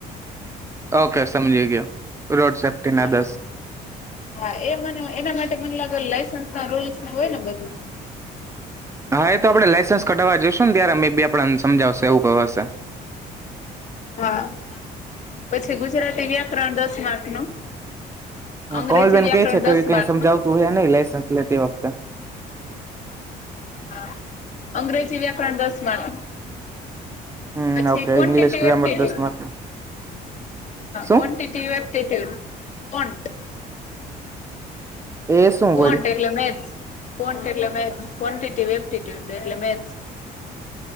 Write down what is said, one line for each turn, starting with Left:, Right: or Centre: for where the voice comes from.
Right: ઓકે સમજી ગયો. રોડ સેફ્ટી
Left: હા
Right: ના દસ
Left: હા એ મને એના માટે મને લાગ લાઈસન્સ રોલ હોય ને બધું?
Right: હા એ તો આપડે લાસન્સ કઢવા જઈશું ને ત્યારે મે બી આપડાને સમજાવશે એવું ક હશે.
Left: હા પછી ગુજરાતી વ્યાકરણ દસ માર્ક નું. અંગ્રેજી
Right: કોમલબેન
Left: વ્યાકરણ
Right: કે છે ક
Left: દસ
Right: કઈ
Left: માર્ક
Right: સમજાવતું
Left: નું
Right: હોય નઈ લાયસન્સ લે તે વખતે.
Left: હા અંગ્રેજી વ્યાકરણ દસ માર્કનું.
Right: હમ
Left: પછી
Right: ઓકે ઇંગ્લિશ ગ્રામર દસ માર્ક શું
Left: કો <unintelligible>
Right: એ શું
Left: કો
Right: વળી
Left: એટલે મેથ્સ. કો એટલે મેથ ક્વન્ટિટી એપ્ટટ્યુડ એટલે મેથ્સ.